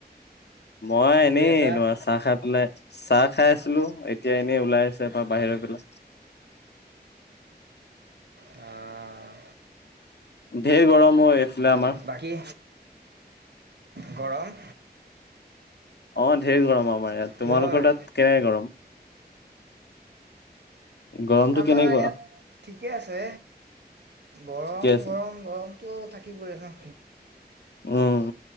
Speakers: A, on the left (about 80°); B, on the right (about 80°).
A: মই
B: কি
A: এনেই
B: কৰি আছা?
A: তোমাৰ চাহ খাই পেলাই চাহ খাই আছিলো এতিয়া এনেই ওলাই আহিছো এপাক বাহিৰৰ পিনে
B: অ
A: ঢেৰ গৰম অ এইফালে আমাৰ
B: বাকী গৰম
A: অ ঢেৰ গৰম আমাৰ ইয়াত
B: কি
A: তোমালোকৰ
B: হয়?
A: তাত কেনেকে গৰম গৰমটো
B: আমাৰ
A: কেনেকুৱা?
B: ইয়াত ঠিকেই আছে গৰম
A: ঠিকে আছে।
B: গৰম গৰম অ থাকিবই ন
A: উম